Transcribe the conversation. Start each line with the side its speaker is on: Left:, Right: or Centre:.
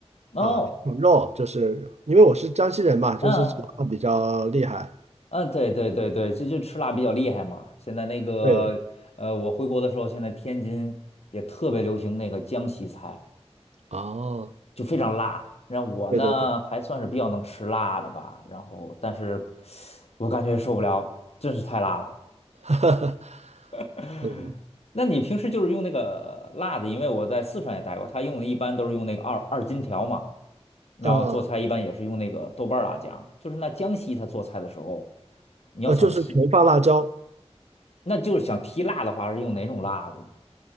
Left: 哦，
Right: 啊，炒肉，就是因为我是江西人嘛，就是吃辣比较厉害。
Left: 嗯嗯，嗯对对对对，就就吃辣比较厉害嘛。现在那个呃，
Right: 对，
Left: 我回国的时候，现在天津也特别流行那个江西菜，
Right: 哦，
Left: 就非常辣。然后我呢还算是比较能吃辣的吧，
Right: 对对对，
Left: 然后但是我感觉受不了，真是太辣了。
Right: <laughs>
Left: <laughs>
Right: 嗯，
Left: 那你平时就是用那个辣子，因为我在四川也待过，他用的一般都是用那个二二荆条嘛，然后做菜一般也是用那个豆瓣儿辣酱，
Right: 呃
Left: 就是那江西他做菜的时候，你要想提，
Right: 呃，就是纯放辣椒，
Left: 那就是想提辣的话是用哪种辣子呢？